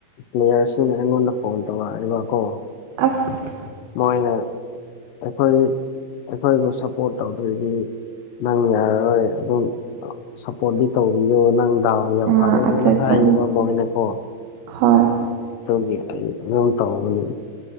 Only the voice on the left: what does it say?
ꯄ꯭ꯂꯦꯌꯔꯁꯤꯅ ꯑꯩꯉꯣꯟꯗ ꯐꯣꯟ ꯇꯧꯔꯛꯏꯕꯀꯣ
ꯃꯣꯏꯅ ꯑꯩꯈꯣꯏ ꯑꯩꯈꯣꯏꯕꯨ ꯁꯞꯄꯣꯔꯠ ꯇꯧꯗꯣꯏꯗꯤ ꯅꯪ ꯌꯥꯔꯔꯣꯏ ꯑꯗꯨꯝ ꯁꯞꯄꯣꯔꯠꯗꯤ ꯇꯧꯕꯤꯌꯣ ꯅꯪ ꯗꯥꯎ ꯌꯥꯝ
ꯐꯩꯌꯦꯅ
ꯍꯥꯏꯌꯦꯕ ꯑꯃꯣꯏꯅꯀꯣ
ꯑꯗꯨꯗꯤ ꯑꯩ ꯑꯗꯨꯝ ꯇꯧꯕꯅꯤ